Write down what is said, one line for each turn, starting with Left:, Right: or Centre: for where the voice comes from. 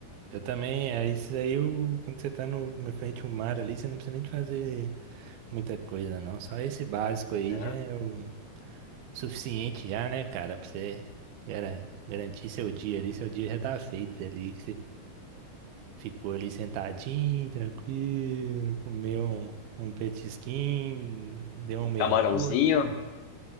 Right: Eu também, é isso aí, eu, quando você tá no, na frente do mar ali, você não precisa nem de fazer muita coisa não. Só esse básico aí
Left: É.
Right: já é o suficiente já, né, cara, pra você gara- garantir seu dia ali, seu dia já tá feito ali, Ficou ali sentadinho, tranquilo, comeu um, um petisquinho, deu
Left: Um
Right: um mergulho,
Left: camarãozinho.